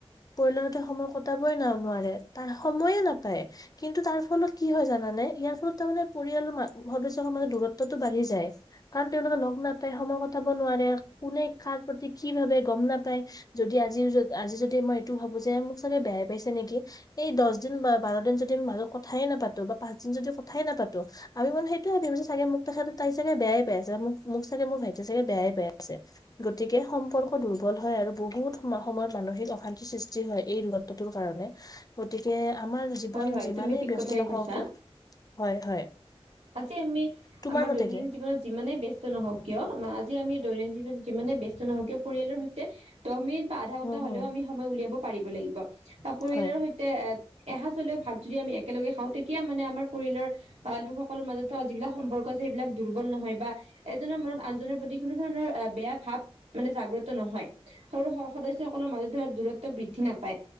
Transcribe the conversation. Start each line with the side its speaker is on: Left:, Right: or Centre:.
Left: পৰিলাৰতে সময় কটাবই ন নোৱাৰে তাৰ সময়ে নাপায় কিন্তু তাৰ ফলত কি হয় জানে ইয়াৰ ফলত তাৰ মানে পৰিয়ালৰ সদস্াজৰ দূৰত্বতটো বাঢ়ি যায় কাৰ তেওঁলোকে লগ নাপায় সময় কটাব নোৱাৰে কোনে খাৰ প্ৰতি কি ভাবে গম নাপাই যদি আজি আজি যদি মই এইটো ভাবো যে মোক চাগে বেয়াই পাইছে নেকি নে এই দহ দিন বা বাৰ দিন যদি ম কথাই নাপাতো বা পাঁচ দিন যদি কথাই নাপাতো আৰু সেইটোোৱ ভিছে চাগে মোক তেখেততে তাই চাগে বেয়াই পাই আছে মোক মোক চাগে মোৰ ভাইটি চাগে বেয়াই পাই আছে গতিকে সম্পৰ্ক দুৰ্বল হয় আৰু বহুত সম সময়ত মানসিক অশান্তি সৃষ্টি যি হয় এই দূৰত্বটোৰ কাৰণে গতিকে আমাৰ জীৱন
Right: হয় হয়
Left: যিমানেই
Right: তুমি ঠিক
Left: ব্যস্ত
Right: কথাই
Left: নখও
Right: কৈছা
Left: কিয় হয় হয়
Right: আজি আমি
Left: তোমাৰ
Right: আমাৰ
Left: মতে
Right: দৈনন্দিন
Left: কি
Right: জীৱনত যিমানেই ব্যস্ত নহওক কিয় আ যে আমি দৈনন্দিনীৱন যিমাননে ব ব্যস্ত নহওকিয় পৰিয়ালৰ সৈতে দহ মিনিট বা আধা ঘণ্টা
Left: উম
Right: হলেও
Left: হম
Right: আমি সময় উলিয়াব পাৰিব লাগিব বা পৰিয়ালৰ
Left: হয়
Right: সৈতে এ এহাঁ হলেও ভাত যদি আমি একেলগে খাওঁ তেতিয়া মানে আমাৰ পৰিয়ালৰ আহ লোকসকলৰ মাজত থ যিবিলাক সম্পৰ্ক সবিলাক দুৰ্বল নহয় বা এজনৰ মনত আনজনৰ প্ৰতি কোনো ধৰণৰ বেয়া ভাৱ মানে জাগ্ৰত নহয় সৰু স সদস্যসকলৰ মাজত ধৰা দূৰত্ব বৃদ্ধি নাপায়